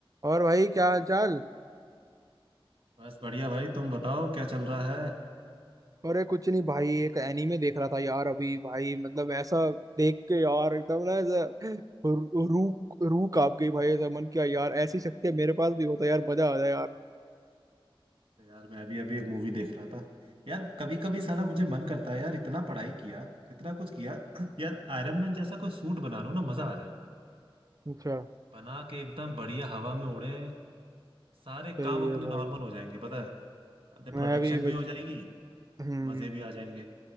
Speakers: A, on the right; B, on the right.
A: और भाई क्या हाल चाल
B: बस बढ़िया भाई तुम बताओ क्या चल रहा है
A: अरे कुछ नहीं भाई एक एनीमे देख रहा था यार अभी भाई मतलब ऐसा देख के यार एकदम ना ऐसा रू रू रू कांप गई भाई ऐसा मन किया यार ऐसी शक्तियां मेरे पास भी होता यार मजा आ जाए यार
B: तो यार मैं अभी अभी एक मूवी देख रहा था यार कभी कभी साला मुझे मन करता है यार इतना पढ़ाई किया इतना कुछ किया <clears throat> यार आयरन मैन जैसा कोई सूट बना लूं ना मजा आ जाए
A: अच्छा
B: बना के एकदम बढ़िया हवा में उड़े सारे
A: सही
B: काम अपने
A: है भाई
B: नॉर्मल हो जाएंगे पता है
A: मैं
B: प्रोटेक्शन
A: भी बच
B: भी हो जाएगी
A: हम्म
B: मजे भी आ जाएंगे